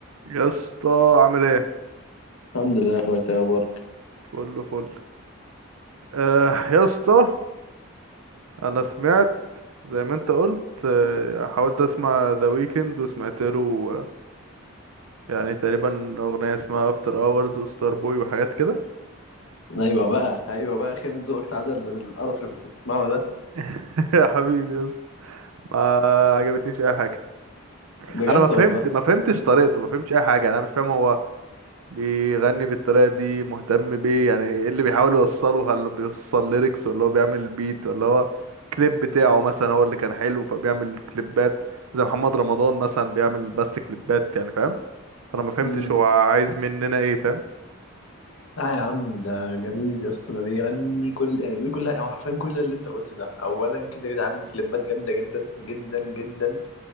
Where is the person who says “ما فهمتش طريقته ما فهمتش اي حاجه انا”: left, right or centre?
Right